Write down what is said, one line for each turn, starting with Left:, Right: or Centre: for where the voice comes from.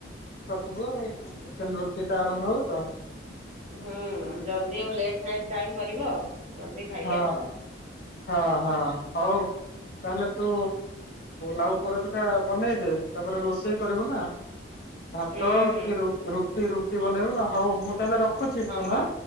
Left: ପାଖକୁ ଆଉ ଚିକେନ ରୋଷେଇ ଟା ଆରମ୍ଭ ହବ ତ।
Right: ହୁଁ ଜଲ୍ଦି ଆଉ ଲେଟ୍ ନାଇଟ୍ କାଇଁ କରିବ? ଜଲ୍ଦି ଖାଇକି
Left: ହଁ
Right: ଆସିବ
Left: ହଁ ହଁ ହଉ ତାହେଲେ ତୁ ଲାଉ ପୋଡ ପିଠା ବନେଇଦେ ତାପରେ ରୋଷେଇ କରିବୁ ନା। ଭାତ
Right: ହୁଁ ହୁଁ
Left: କି ରୁଟି ରୁଟି ବନେଇବୁ ନା ହଉ ମୁଁ ତାହେଲେ ରଖୁଛି
Right: ହଁ
Left: ଫୋନ
Right: ବା।
Left: ଆଁ।